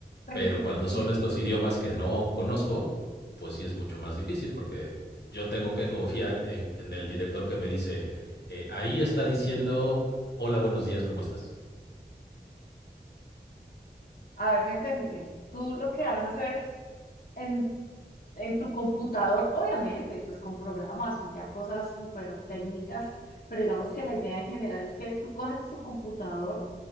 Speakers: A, on the left; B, on the left.
A: pregunta
B: pero cuando son estos idiomas que no conozco, pues sí es mucho más difícil porque yo tengo que confiar en, en el director que me dice eh, ahí está diciendo
A: esto.
B: hola buenos días cómo estás.
A: A ver si entendí bien. Tú lo que haces es en, en tu computador, obviamente, pues con programas y ya cosas súper técnicas, pero digamos que la idea en general es que tú coges tu computador,